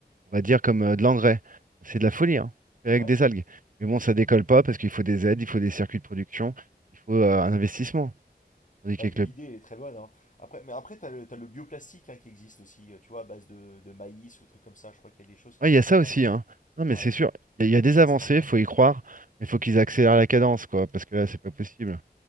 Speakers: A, on the right; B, on the left.
A: on va dire comme euh, de l'engrais. C'est de la folie, hein. Fait avec
B: Ouais.
A: des algues. Mais bon, ça décolle pas parce qu'il faut des aides, il faut des circuits de production, il faut euh, un
B: Mhm.
A: investissement. Tandis
B: Bah,
A: qu'avec
B: l'idée,
A: le
B: elle est très bonne. hein. Après, mais après, t'as le, t'as le bioplastique hein, qui existe aussi, euh, tu vois, à base de, de maïs ou trucs comme ça. Je crois qu'il y a des choses qui
A: Ouais,
B: sont
A: il y a ça
B: faisables.
A: aussi, hein. Non, mais
B: Ouais,
A: c'est sûr, il y, a il y a des
B: ça,
A: avancées,
B: ça marche bien.
A: faut y croire, mais faut
B: Mhm.
A: qu'ils accélèrent la cadence, quoi, parce que là, c'est pas possible.